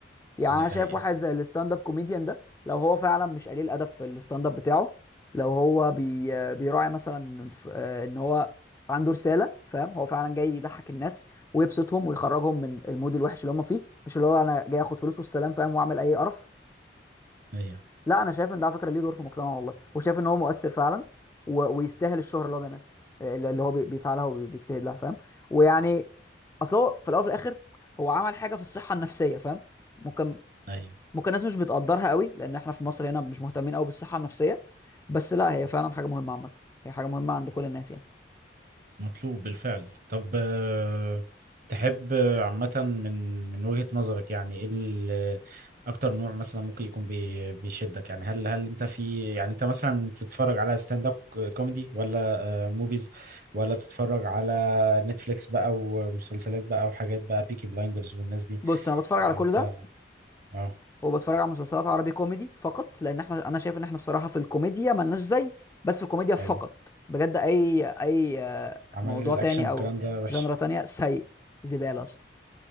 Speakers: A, on the left; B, on the right.
A: يعني
B: دي
A: انا
B: حقيقة
A: شايف واحد زي الستاند اب كوميديان ده لو هو فعلا مش قليل ادب في الستاند اب بتاعه لو هو بي بيراعي مثلا ف- آه، ان هو عنده رساله فاهم هو فعلا جاي يضحك الناس ويبسطهم ويخرجهم من المود الوحش اللي هم فيه مش اللي هو انا جاي اخد فلوس والسلام فاهم واعمل اي قرف
B: أيوة
A: لا انا شايف ان ده على فكره ليه دور في المجتمع والله وشايف ان هو مؤثر فعلا و- ويستاهل الشهره اللي هو بيعملها اللي اللي هو بي- بيسعى لها وبيجتهد لها فاهم ويعني اصل هو في الاول وفي الاخر هو عمل حاجه في الصحه النفسيه فاهم ممكن
B: أيوة
A: ممكن الناس مش بتقدرها قوي لان احنا في مصر هنا مش مهتمين قوي بالصحه النفسيه بس لا هي فعلا حاجه مهمه عامه هي حاجه مهمه عند كل الناس يعني
B: مطلوب بالفعل طب آه، تحب آه، عامة من من وجهة نظرك يعني إيه ال- أكتر نوع مثلا ممكن يكون بي- بيشدك يعني هل هل أنت في يعني أنت مثلا بتتفرج على ستاند أب كوميدي ولا موفيز ولا بتتفرج على نتفليكس بقى ومسلسلات بقى وحاجات بقى بيكي بلايندرز والناس دي
A: بص انا بتفرج
B: يعني
A: على كل
B: أنت
A: ده
B: أه
A: وبتفرج على مسلسلات عربي كوميدي فقط لان احنا انا شايف ان احنا بصراحه في الكوميديا ملناش زي بس في الكوميديا فقط
B: أيوة
A: بجد اي اي آه،
B: عمل
A: موضوع
B: الأكشن
A: تاني
B: والكلام
A: او
B: ده وحش
A: جنرا تانية سيء زباله اصلا